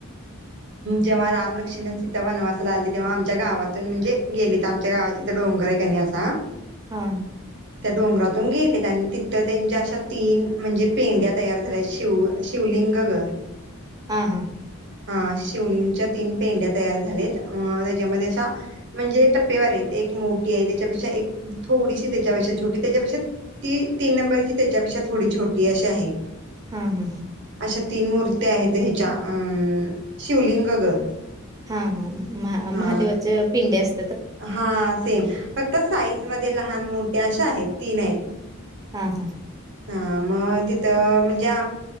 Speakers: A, on the right; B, on the right.
A: जेव्हा रामलक्ष्मण सीता वनवासा ला आलते तेव्हा आमच्या गावातून म्हणजे गेली तर आमच्या गावाची तर डोंगर आहे कणी असा
B: हा
A: त्या डोंगरातून गेलेत आणि तिथं त्यांच्या अशा तीन म्हणजे पिंड्या तयार झाल्या शिव शिवलिंग ग
B: हा हा
A: हा शिवलिंगच्या तीन पेंड्या तयार झाल्यात अ त्याच्यामध्ये अशा म्हणजे टप्पेवारी आहेत एक मोठी आहे त्याच्यापेक्षा एक थोडीशी त्याच्यापेक्षा छोटी त्याच्यापेक्षा ती तीन नंबरची त्याच्यापेक्षा थोडी छोटी अशी आहे.
B: हा हा हा
A: अशा तीन मूर्त्या आहेत ह्याच्या अ अ शिवलिंग ग.
B: हा हा महादेवाचे
A: हा
B: पिंडे अस
A: हा सेम फक् त साईज मध्ये लहान मोठ्या अशा आहेत तीन आहेत.
B: हा हा
A: हा मग तिथं ज्या